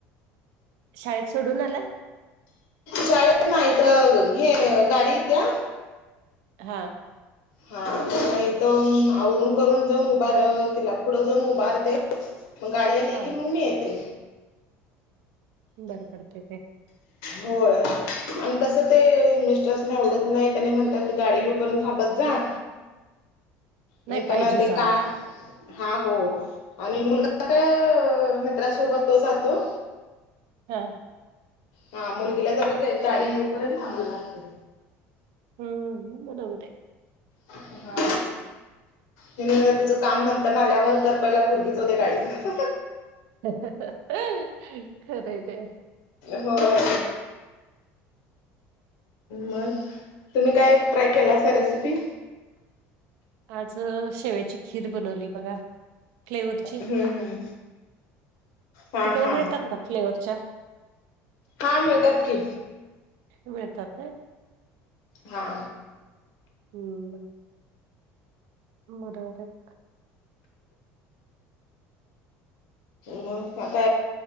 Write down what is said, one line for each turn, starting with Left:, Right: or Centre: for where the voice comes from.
Right: शाळेत सोडून आला?
Left: शाळेत नाही इथं हे गाडीे इत्या.
Right: हा.
Left: हा म इथून आवरून करून जाऊन उभार तिला पुढं जाऊन उभारते. मग गाडी आली
Right: हा
Left: की मग मी येते.
Right: बरं पडतय ते.
Left: होय. आणि कसं ते मिस्टरास्नी आवडत नाही त्यानी म्हणत्यात गाडी येऊ पर्यंत थांबत जा.
Right: नाही
Left: म्हणतानं
Right: पाहिजेच
Left: ते
Right: अहो
Left: काय? हा हो आणि मुलगा काय मित्रासोबत तो जातो.
Right: हा.
Left: हा मुलगीला जवळच ये गाडी येऊपर्यंत थांबाय लागतय.
Right: हम्म बरोबर ये.
Left: हा. हेनी म्हणतात तुझं काम नंतर नं आल्यावर कर पहिला पुरगी जाऊदे गाडीतनं.
Right: <unintelligible> खरंय ते.
Left: होय मग तुम्ही काय ट्राय केलासा रेसिपी?
Right: आज शेवेची खीर बनवली बघा. फ्लेवरची
Left: हम्म हम्म. हा
Right: तिकडे
Left: हा,
Right: मिळतात का फ्लेवरच्या
Left: हा मिळतात कि.
Right: मिळतात नाही?
Left: हा.
Right: हम्म. मदरक.
Left: मग आता